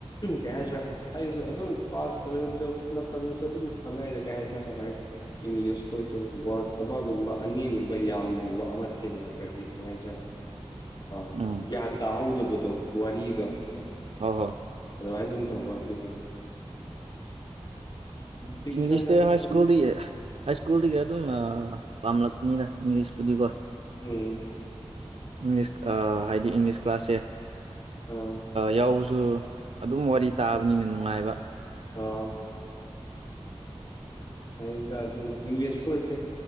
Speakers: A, on the left (about 45°); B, on the right (about 70°).
A: ꯀ ꯍꯥꯏꯁꯨ ꯑꯩꯁꯨ ꯑꯗꯨꯝ ꯀ꯭ꯂꯥꯁ ꯑꯦꯂꯚꯦꯟ ꯇꯨꯋꯦꯜ ꯃꯇꯝꯗꯁꯨ ꯑꯗꯨꯝ ꯈꯪꯉꯛꯏꯗ ꯀꯩ ꯍꯥꯏꯁꯔ ꯀꯃꯥꯏꯅ ꯏꯪꯂꯤꯁ ꯑꯩꯈꯣꯏꯁꯦ ꯋꯥꯔꯗ ꯑꯃꯒꯨꯝꯕ ꯑꯅꯤꯒꯨꯝꯕ ꯌꯥꯝ ꯂꯨꯕ ꯑꯃ ꯊꯦꯡꯅꯈ꯭ꯔꯗꯤ ꯀꯩ ꯍꯥꯏꯁꯦ ꯑ
B: ꯎꯝ
A: ꯒ꯭ꯌꯥꯟ ꯇꯥꯍꯧꯗꯕꯗꯣ ꯋꯥꯔꯤꯗꯣ
B: ꯍ ꯍꯣꯏ
A: ꯑꯗꯨꯃꯥꯏꯅ ꯑꯗꯨꯝ ꯇꯧꯕ ꯑꯗꯨꯒꯤ ꯗꯤꯛꯁꯟꯅꯔꯤ
B: ꯏꯪꯂꯤꯁ ꯍꯥꯏ
A: ꯎꯝ
B: ꯁ꯭ꯀꯨꯜꯗꯤ ꯍꯥꯏ ꯁ꯭ꯀꯨꯜꯗꯒꯤ ꯑꯗꯨꯝ ꯄꯥꯝꯂꯛꯄꯅꯤꯅ ꯏꯪꯂꯤꯁꯄꯨꯗꯤꯀꯣ
A: ꯎꯝ
B: ꯏꯪꯂꯤꯁ ꯑ ꯍꯥꯏꯗꯤ ꯏꯪꯂꯤꯁ ꯀ꯭ꯂꯥꯁꯁꯦ
A: ꯎꯝ
B: ꯌꯥꯎꯕꯁꯨ ꯑꯗꯨꯝ ꯋꯥꯔꯤ ꯇꯥꯕꯅꯤꯅ ꯅꯨꯡꯉꯥꯏꯕ
A: ꯑꯣ ꯐꯩꯗ ꯑꯗꯨ ꯏꯪꯂꯤꯁ <unintelligible>